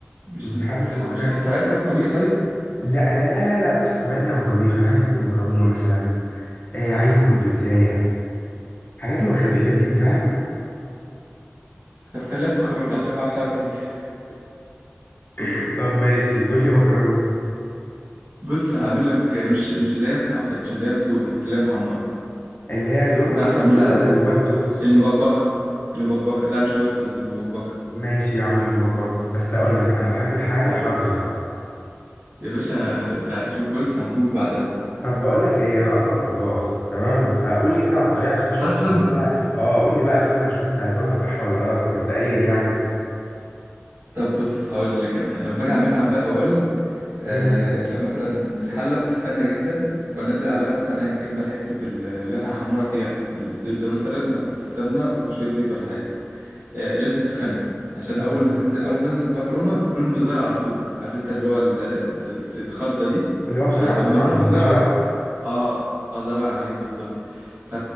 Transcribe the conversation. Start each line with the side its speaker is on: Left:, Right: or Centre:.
Right: مش
Left: مش
Right: نفسك
Left: حاسس
Right: في الحواوشي
Left: ان انا
Right: طب عايز تاكل طبيخ طيب
Left: لا لا لا لا لا بص بعدني عن طبيخ انا عايز اكل مكرونه مثلا آه عايز اكل بيتزايه حاجات من الخفيفه دي فاهم
Right: طب خليها في مكرونه عشان ما بعرفش اعمل بيتزا <laughs>
Left: <laughs> طب ماشي قول لي مكرونه
Right: بص هعمل لك مش مش اللي هي متح... مش اللي هي مسلوقه اللي هي متحمره
Left: اللي هي لونها
Right: ده
Left: احمر
Right: عارف اعملها
Left: دي ولا الوايت صوص
Right: المبكبكه المبكبكه لا مش الوايت صوص المبكبكه
Left: ماشي يا عم المطبقة بس اقول لك انا بحب الحاجة
Right: <laughs>
Left: حارة
Right: يا باشا ده انت هتشوف بص هتموت بعدها
Left: طب بقول لك ايه انا اصلا طباخ تمام فقول لي كده على الطريقة عشان اشوف
Right: اصلا
Left: انت هتقولها اه قول لي بقى عشان انا اشوف انت هتقولها صح ولا غلط مبدئيا يعني
Right: طب بص هقول لك انا لما باجي اعملها بقى اولا آه،
Left: امم
Right: لو مثلا الحلة بسخنها جدا وبنزل عليها مثلا أيا كان بقى حتة ال- اللي أنا هحمرها فيها حتة الزبدة مثلا أو حتة السمنة وشوية زيت ولا حاجة آه، لازم يسخنوا عشان
Left: امم
Right: اول ما تنزل اول ما انزل المكرونه لونهم يتغير على طول عارف انت اللي هو ال- الت- الخضه دي
Left: اللي هو
Right: فلما
Left: بسرعة بسرعة
Right: لونهم
Left: مفيش
Right: يتغير
Left: وقت
Right: على- اه آه، الله ينور عليك بالظبط ف...